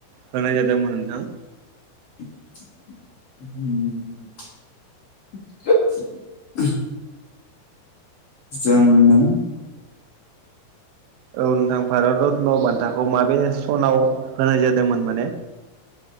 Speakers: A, on the right; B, on the left.
A: होनाय जादोंमोन नोंथां?
B: <inaudible> उम <inaudible> जोंनो
A: औ नोंथां भारत रत्न बान्थाखौ माबे सनाव होनाय जादोंमोन माने